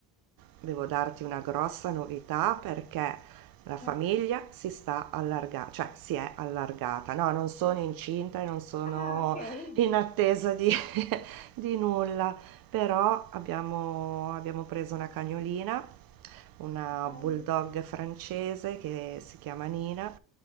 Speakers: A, on the right; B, on the left.
A: devo darti una grossa novità perché la famiglia
B: Eh,
A: si sta allargando, cioè si è allargata. No, non sono incinta e non sono
B: Ah, ok, <laughs> che
A: in attesa di, <laughs> di nulla. però abbiamo, abbiamo preso una cagnolina, una
B: bello,
A: bulldog francese che si chiama Nina,